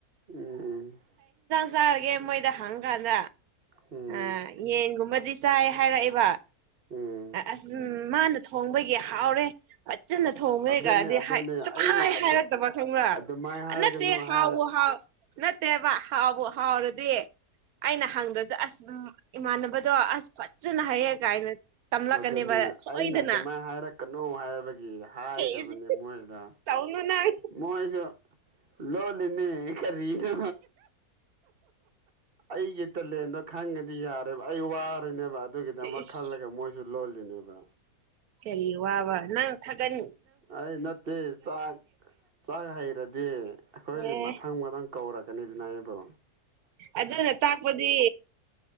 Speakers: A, on the right; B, on the right.
A: ꯎꯝ
B: ꯖꯥꯔꯒꯦ ꯃꯣꯏꯗ ꯍꯥꯡꯒꯥꯥꯟꯗ
A: ꯎꯝ
B: ꯑ ꯌꯦꯟꯒꯨꯝꯕ ꯑꯗꯨꯗꯤ ꯆꯥꯏ ꯍꯥꯏꯔꯛꯑꯦꯕ
A: ꯎꯝ
B: ꯑꯁ ꯃꯥꯅ ꯊꯣꯡꯕꯒꯤ ꯍꯥꯎꯔꯦ ꯏꯆꯟꯅ ꯊꯣꯡꯕꯅꯦꯒꯗꯤ
A: ꯑꯗꯨꯅꯦ ꯑꯗꯨꯅꯦ
B: ꯆꯞꯈꯥꯏ
A: ꯑꯩꯅ ꯑꯗꯨ
B: ꯍꯥꯏꯔꯛꯇꯕ ꯈꯪꯕ꯭ꯔꯥ
A: ꯑꯗꯨꯃꯥꯏꯅ ꯍꯥꯏꯒꯅꯨ
B: ꯅꯠꯇꯦ ꯍꯥꯎꯋ
A: ꯍꯥꯏ
B: ꯍꯥꯎ ꯅꯠꯇꯦꯕ ꯍꯥꯎꯕ ꯍꯥꯎꯔꯗꯤ ꯑꯩꯅ ꯍꯪꯗ꯭ꯔꯁꯨ ꯑꯁ ꯏꯃꯥꯟꯅꯕꯗꯣ ꯑꯁ ꯐꯖꯅ ꯍꯥꯏꯩꯌꯦ ꯀꯥꯏꯅ ꯇꯝꯂꯛꯀꯅꯦꯕ
A: ꯑꯗꯨꯅꯤ
B: ꯁꯣꯏꯗꯅ
A: ꯑꯩꯅ ꯑꯗꯨꯃꯥꯏꯅ ꯍꯥꯏꯔꯛꯀꯅꯨ ꯍꯥꯏꯕꯒꯤ ꯍꯥꯏꯗꯕꯅꯤ
B: ꯍꯦꯁ
A: ꯃꯣꯏꯗ
B: ꯇꯧꯅꯨ ꯅꯪ
A: ꯃꯣꯏꯁꯨ ꯂꯣꯜꯂꯤꯅꯤ ꯈꯔꯤꯅ ꯑꯩꯒꯤ ꯇꯂꯦꯟꯗꯣ ꯈꯪꯉꯗꯤ ꯌꯥꯔꯦꯕ ꯑꯩ ꯋꯥꯔꯅꯦꯕ ꯑꯗꯨꯒꯤꯗꯃꯛ
B: ꯏꯁ
A: ꯈꯜꯂꯒ ꯃꯣꯏꯁꯨ ꯂꯣ ꯂꯤꯅꯦꯕ
B: ꯀꯔꯤ ꯋꯥ ꯋꯥ ꯅ ꯊꯒꯟ
A: ꯑꯩ ꯅꯠꯇꯦ ꯆꯥꯛ ꯆꯥꯛ ꯍꯩꯔꯗꯤ ꯑꯩꯈꯣꯏ
B: ꯑꯦ
A: ꯃꯊꯪ ꯃꯊꯪ ꯀꯧꯔꯛꯀꯦ ꯀꯩꯅꯗꯅꯔꯤꯕ
B: ꯑꯗꯨꯅ ꯇꯥꯛꯄꯗꯤ